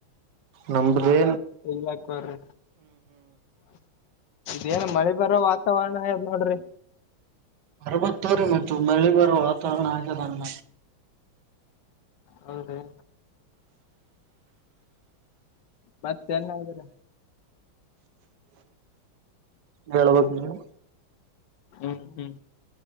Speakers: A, on the right; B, on the left.
A: ನಮ್ದ್ ಬೀ
B: ಇಗ್ಲಾಕ್ ಬರ್ರೀ. ಇದೇನ್ ಮಳಿ ಬರೋ ವಾತಾವರಣ ಅಯ್ದ್ ನೋಡ್ರಿ.
A: ಅರವತ್ತರು ಮತ್ತು ಮಳೆ ಬರುವ ವಾತಾವರಣ ಆಗದಣ್ಣ.
B: ಹೌದ್ರಿ ಮತ್ತೆನ್ ನಡ್ದದ
A: ಹೇಳ್ಬೇಕು ನೀವ್
B: ಹ್ಮ್ ಹ್ಮ್